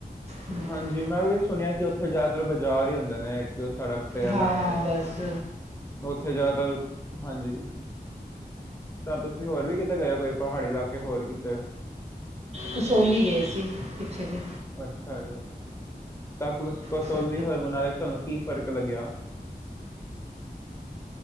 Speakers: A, on the right; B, on the left.
A: ਹਮ,
B: ਹਾਂਜੀ ਮੈਂ ਵੀ ਸੁਣਿਆ ਕਿ ਉੱਥੇ ਜ਼ਿਆਦਾ ਤਰ ਬਾਜ਼ਾਰ ਹੀ ਹੁੰਦੇ ਨੇ ਸੜਕ ਤੇ ਜਾਂ
A: ਹਾਂ
B: ਲਾਈਨ
A: ਹਾਂ
B: ਚ
A: ਬਸ
B: ਉੱਥੇ ਜ਼ਿਆਦਾਤਰ ਹਾਂਜੀ ਤਾਂ ਤੁਸੀਂ ਹੋਰ ਵੀ ਕਿਤੇ ਗਏ ਹੋ ਕੋਈ ਪਹਾੜੀ ਇਲਾਕੇ ਹੋਰ ਕਿਤੇ
A: ਕਸੋਲੀ ਗਏ ਸੀ ਪਿੱਛੇ ਜੇ
B: ਅੱਛਾ ਜੀ ਤਾਂ ਕਸੌਲੀ
A: ਕਸੋ-
B: ਹੋ ਮਨਾਲ ਤੁਹਾਨੂੰ ਕੀ ਫ਼ਰਕ ਲੱਗਿਆ